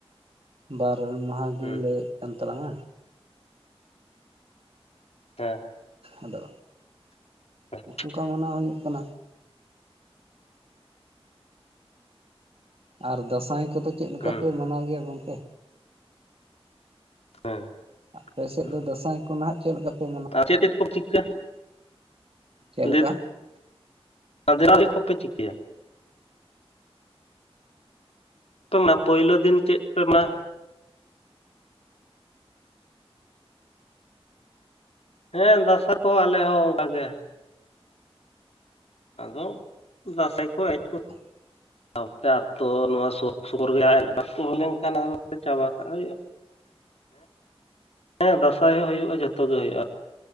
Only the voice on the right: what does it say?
ᱵᱟᱨ ᱢᱟᱦᱟᱫᱤᱱ
ᱞᱮ ᱮᱱ ᱛᱟᱞᱟᱝᱟ
ᱟᱫᱚ
ᱚᱝᱠᱟ ᱢᱟᱱᱟᱣ ᱦᱩᱭᱩᱜ ᱠᱟᱱᱟ᱾ ᱟᱨ ᱫᱟᱸᱥᱟᱭ ᱠᱚᱫᱚ ᱪᱮᱫ ᱞᱮᱠᱟ
ᱠᱚ ᱢᱟᱱᱟᱣ ᱜᱮᱭᱟ ᱜᱚᱝᱠᱮ?
ᱟᱯᱮ ᱥᱮᱫ
ᱫᱚ ᱫᱟᱸᱥᱟᱭ ᱠᱚ ᱱᱦᱟᱜ ᱪᱮᱫ ᱞᱮᱠᱟ ᱯᱮ ᱢᱟᱱᱟᱣᱟ?
ᱪᱮᱫ
ᱞᱮᱠᱟ
<inaudible>